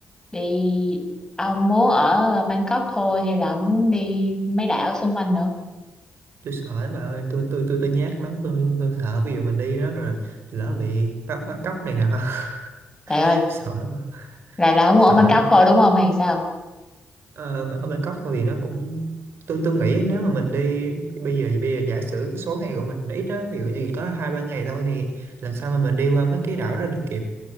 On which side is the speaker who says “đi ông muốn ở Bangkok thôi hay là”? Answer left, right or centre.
Left